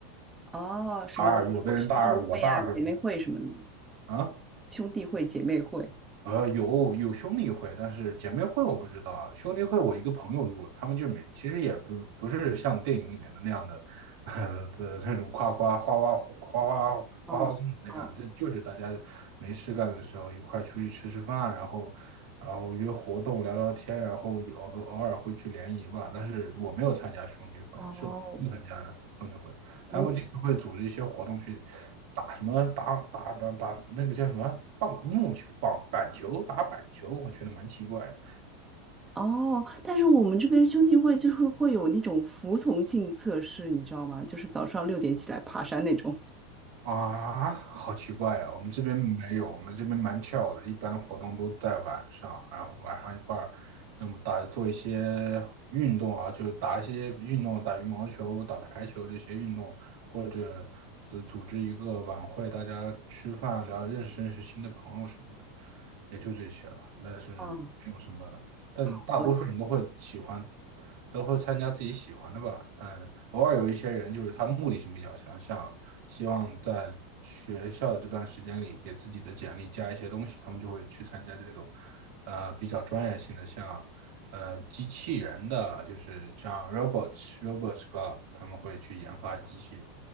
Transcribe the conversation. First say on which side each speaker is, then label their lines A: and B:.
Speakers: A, on the right (about 15°); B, on the right (about 65°).
A: 哦，什么也有兄弟会呀、
B: 大二有的人大二，我大二的
A: 姐妹会什么的吗？
B: 啊。
A: 兄弟会、姐妹会。
B: 呃，有有兄弟会，但是姐妹会我不知道啊。兄弟会我一个朋友入了，他们就没，其实也不不是像电影里面的那样的，呃的这种夸夸花花花花花花公子那样，
A: 哦哦
B: 这就是大家没事干的时候一块出去吃吃饭啊，然后然后约活动聊聊天，然后有偶偶尔会去联谊吧。但是我没有参加兄弟会，
A: 哦，
B: 是我不参加兄弟会。他们就常会组织一些活动去
A: 我
B: 打什么打打打打那个叫什么棒木球棒板球打板球，我觉得蛮奇怪的。
A: 哦，但是我们这边兄弟会就是会有那种服从性测试，你知道吗？就是早上六点起来爬山那种。
B: 啊，好奇怪呀、我们这边没有，我们这边蛮 c 的，一般活动都在晚上，然后晚上一块儿，要么打做一些运动啊，就是打一些运动，打羽毛球、打排球这些运动，或者就组织一个晚会，大家吃饭聊，认识认识新的朋友什么的，也就这些了。但是没有什么但大多数人都会喜欢，
A: 嗯，<laughs> 我
B: 都会参加自己喜欢的吧。但偶尔有一些人就是他目的性比较强，像希望在学校这段时间里给自己的简历加一些东西，他们就会去参加这种，呃，比较专业性的，像呃机器人的，就是像 robots robots club，他们会去研发机器人。